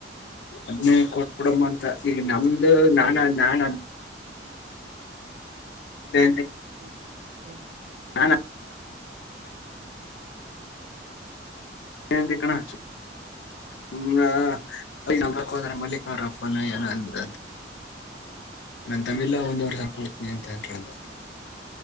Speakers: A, on the left (about 65°); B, on the right (about 45°).
A: ಅದ್ನೇ ಕೊಟ್ಟ್ ಬಿಡಮ್ಮ ಅಂತ ನಮದು
B: ಬೆಳಿಗ್ಗೆ
A: ನಾನ ನಾನ ಬೆ
B: ಹ್ಮ್ ಹ್ಮ್
A: ಹಾ ಹ ಹೇ ವೆಂಕಿ ಕಣ ಹಚ್ಚ ಹ್ಮ ಹೋದ್ರ ಮಲ್ಲಿಕ ಅವರಪ್ಪನ ಏನ ಅಂತ ನನ್ನ ತಮ್ಮಲೆ
B: ಹ್ಮ್
A: ಒಂದುವರೆ ಸಾವಿರ ನ್ಂತೇಟಂತ